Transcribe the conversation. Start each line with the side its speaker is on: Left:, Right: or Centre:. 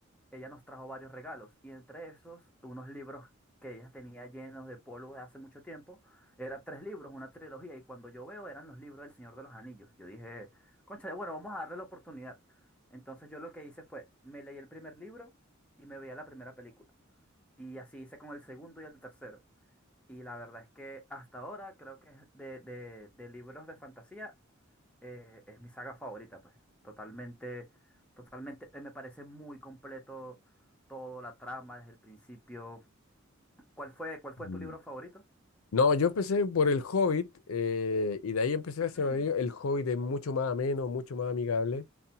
Centre: ella nos trajo varios regalos y entre esos unos libros que ella tenía llenos de polvo de hace mucho tiempo. Eran tres libros, una trilogía y cuando yo veo eran los libros del Señor de los Anillos. Yo dije, concha bueno, vamos a darle la oportunidad. Entonces yo lo que hice fue, me leí el primer libro y me veía la primera película. Y así hice con el segundo y el tercero. Y la verdad es que hasta ahora creo que es de, de- de libros de fantasía eh, es mi saga favorita, pues. Totalmente, totalmente, eh, me parece muy completo todo, la trama desde el principio. ¿Cuál fue, cuál fue
Left: Mm.
Centre: tu libro favorito?
Left: No, yo empecé por El Hobbit eh, y de ahí empecé
Centre: Mm,
Left: a hacer El Señor de los Anillos. El Hobbit es mucho más ameno, mucho más amigable.